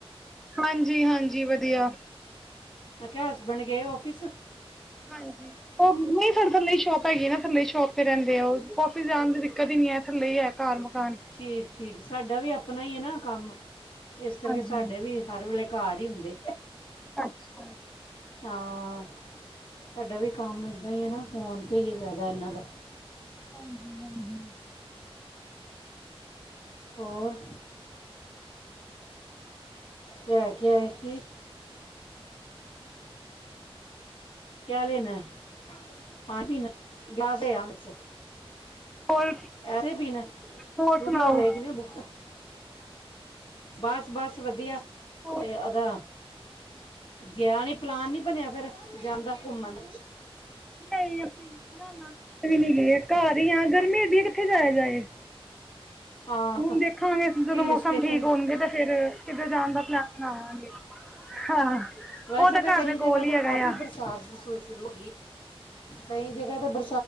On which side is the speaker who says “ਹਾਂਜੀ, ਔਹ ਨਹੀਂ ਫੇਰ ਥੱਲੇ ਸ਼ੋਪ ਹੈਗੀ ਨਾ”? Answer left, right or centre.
Centre